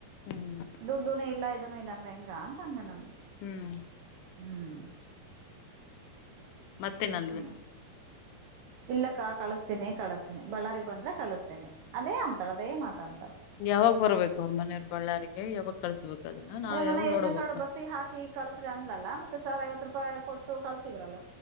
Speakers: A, on the left; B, on the right.
A: ಹ್ಮ್
B: ದುಡ್ಡುನು ಇಲ್ಲ ಇದನು ಇಲ್ಲ ಅಂದ್ರೆ ಹೆಂಗ ಅಂತ ಅಂದೆ ನಾನು.
A: ಹ್ಮ್
B: ಹ್ಮ್
A: ಮತ್ತೇನಂದ್ಲ
B: ಹೂ ಇಲ್ಲಕ್ಕ ಕಳಸ್ತೀನಿ ಕಳಸ್ತೀನಿ ಬಳ್ಳಾರಿ. ಬಂದ್ರೆ ಕಳಿಸ್ತೇನಿ ಅದೇ ಅಂತಳ ಅದೇ ಮಾತ ಅಂತಾಳ.
A: ಯಾವಾಗ ಬರ್ಬೇಕು ಅವ್ರ ಮನೆಯವ್ರ ಬಳ್ಳಾರಿಗೆ ಯಾವಾಗ ಕಳ್ಸ್ಬೇಕು ಅದನ್ನ ನಾವ್
B: ಅದೇ ಮನ
A: ಯಾವಾಗ್
B: ಯೋಜನೆ
A: ನೋಡಬೇಕು.
B: ಕಾರ್ಡ್ ಹಾಕಿ ಕಳಸ್ರೆ ಅನ್ಲಲ್ಲ ಮೆ ಸ ಐವ ರೂಪಾಯಿ ಕೊಟ್ಟು ಕಳಸಿದ್ರಲ್ಲ